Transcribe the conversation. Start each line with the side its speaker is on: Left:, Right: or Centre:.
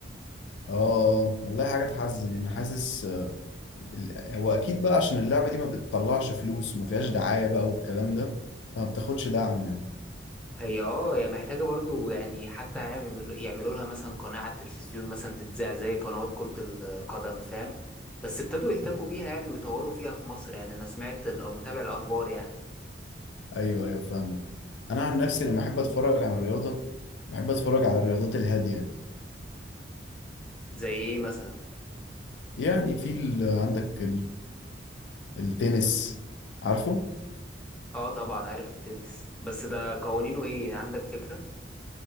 Left: اه والله حاجه تحزن انا حاسس آه، ال- هو اكيد بقى عشان اللعبه دي ما بتطلعش فلوس وما فيهاش دعايه بقى والكلام ده فما بتاخدش دعم يعني
Centre: هي اه هي محتاجة برضو يعني حتى يعملوا يعملوا لها مثلا قناة على التلفزيون مثلا تتذاع زي قنوات كرة القدم فاهم بس ابتدوا يهتموا بيها يعني ويطوروا فيها في مصر يعني انا سمعت ال- او متابع الاخبار يعني
Left: ايوه ايوه فاهمك انا عن نفسي لما احب اتفرج على الرياضه بحب اتفرج على الرياضات الهاديه
Centre: زي ايه مثلا
Left: يعني في ال- عندك التنس عارفه
Centre: اه طبعا عارف التنس بس ده قوانينه ايه عندك فكرة